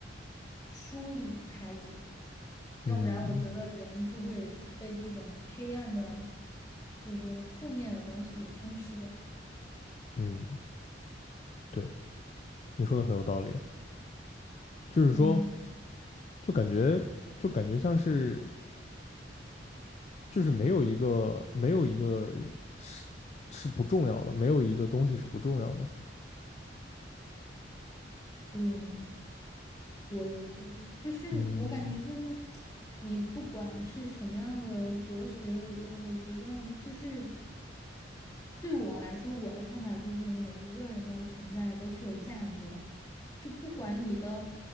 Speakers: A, on the left; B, on the left.
A: 梳理排解，要不然我觉得人就会被这种黑暗的，
B: 嗯
A: 就是负面的东西给吞噬掉。
B: 嗯，对，你说的很有道理啊。就是说，
A: 嗯，
B: 就感觉就感觉像是就是没有一个没有一个是是不重要的，没有一个东西是不重要的。
A: 对。我也觉得，就是我感觉就是
B: 嗯
A: 你不管是什么样的哲学理论，我觉得就是对我来说，我的看法就是每一个人的存在都是有价值的，就不管你的